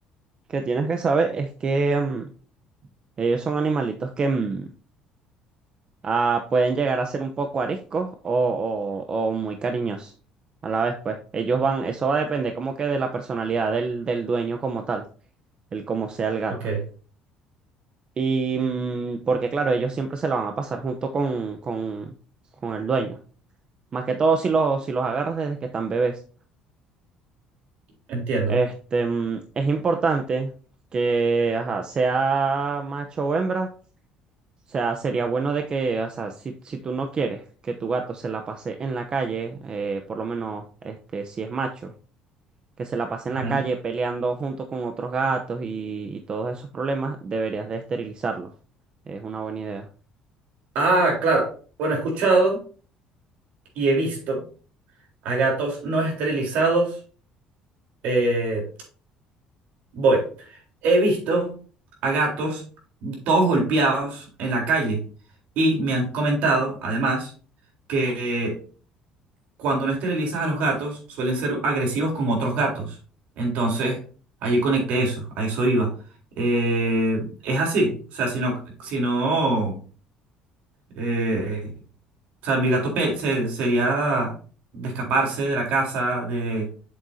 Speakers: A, on the right; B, on the right.
A: que tienes que saber es que mm, ellos son animalitos que mm, ah, pueden llegar a ser un poco ariscos o, o- o muy cariñosos a la vez, pues. Ellos van, eso va a depender como que de la personalidad del, del dueño como tal, el como sea el gato.
B: Ok,
A: Y mm, porque claro, ellos siempre se la van a pasar junto con, con, con el dueño. Más que todo si los, si los agarras desde que están bebés.
B: entiendo.
A: Este, mm, es importante que, ajá, sea macho o hembra. O sea, sería bueno de que, o sea, si, si tú no quieres que tu gato se la pase en la calle, eh, por lo menos, este, si es macho, que se la pase
B: Ujú.
A: en la calle peleando junto con otros gatos y, y todos esos problemas, deberías de esterilizarlo. Es una buena idea.
B: Ah, claro. Bueno, he escuchado y he visto a gatos no esterilizados eh, Voy. He visto a gatos todos golpeados en la calle y me han comentado, además, que cuando no esterilizas a los gatos suelen ser agresivos con otros gatos. Entonces, allí conecté eso, a eso iba. Eh, es así, o sea, si no, si no, eh, o sea, mi gato pe- se- sería de escaparse de la casa, de